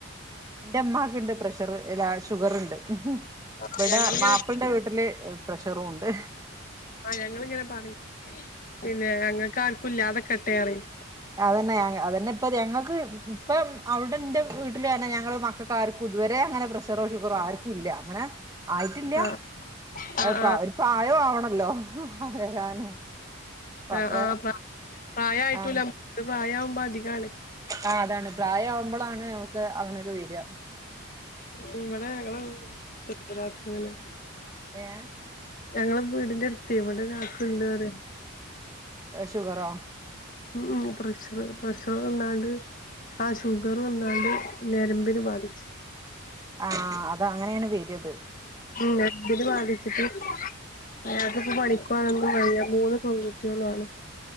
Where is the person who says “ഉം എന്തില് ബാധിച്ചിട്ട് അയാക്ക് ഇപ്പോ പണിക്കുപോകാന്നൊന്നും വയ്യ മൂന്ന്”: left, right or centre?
Left